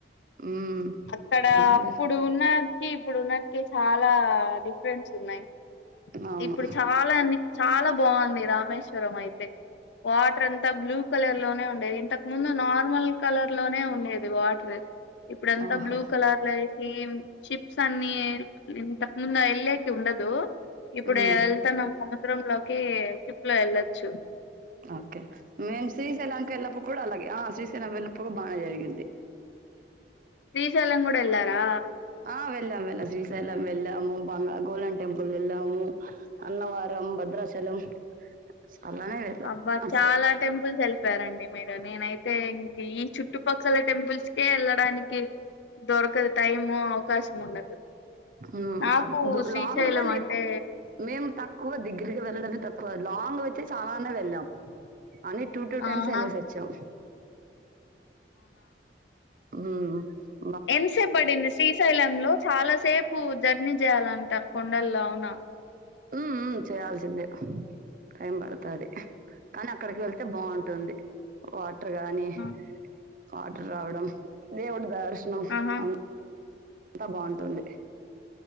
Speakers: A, on the right (about 50°); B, on the left (about 80°).
A: ఉమ్
B: అక్కడ
A: చిన్నప్పుడే
B: అప్పుడు ఉన్నకి ఇప్పుడు ఉన్న కె చాలా స్పెక్ట్స్ ఉన్నాయి
A: అవును
B: ఇప్పుడు చాలా అండి చాలా బాగుంది రామష్ తర అయితే వాటర్ అంతా బ్లూ కలర్ లోనే ఉండేది ఇంతకు ముందు నార్మల్ కలర్ లోనే ఉండేది వాటర్ ఇప్పుడ ఎంత
A: ఓహో
B: బ్లూ కలర్ల ఈ షిప్స్ అన్ని ఇంతకు ముందు వెళ్ళ ఉండదు ఇప్పుడు
A: ఉమ్
B: వెళ్తన్నాం సమస్ సముద్రంలోకి షిప్ లో వెళ్ళచ్చు చు
A: ఓకే మేం శ్రీశైలానికి వెళ్ళప్పు కూడా అలాగే ఆ శ్రీశైలం వెల్ళప్పు బాగా జరిగింది
B: శ్రీశైలం కూడా ఎల్లారా
A: ఆ వెళ్ళాం వెళ్ళాం శ్రీశైలం వెళ్ళాము బంగా బాగా గోల్డెన్ టెంపుల్ వెళ్ళాము అన్నవారం భద్రాచలం చాలానే వెళ్ళాం
B: అబ్బా
A: అటు
B: చాలా
A: సైడ్
B: టెంపుల్స్ వెళ్ళిపోయరండి మీరు నేనైతే ఇ ఈ చుట్టుపక్కల టెంపుల్స్కే యెళ్ళడానికి దొరకదు టైము అవకాశం ఉండదు
A: ఉమ్
B: నాకు
A: ఆ దు
B: శ్రీశైలం
A: లాంగ్ గానే
B: అంటే
A: ఎక్కువ మేము తక్కువ దగ్గరికి వెళ్ళడమే తక్కువ క్కువ లాంగ్ అయితే చాలనే వెళ్ళం అని టూ టూ టైమ్స్
B: ఆహా
A: వెళ్లేసి వచ్చాం ఉం
B: ఎంత సేపడింది శశ్రీశైలం లో చాలాసేపు జర్నీ చేయాలంట తప్పకుండాల్లో కూడా అవునా
A: ఉమ్ ఉమ్ చేయాల్సిందే టైం పడుతుంది కానీ అక్కడికి వెళ్తే బాగుంటుంది వా టార్ గాని
B: ఆ
A: వాటర్ రావడం దేవుడు దర్శ ర్శనం
B: ఆహా
A: అన్ అంత బాగుంటుంది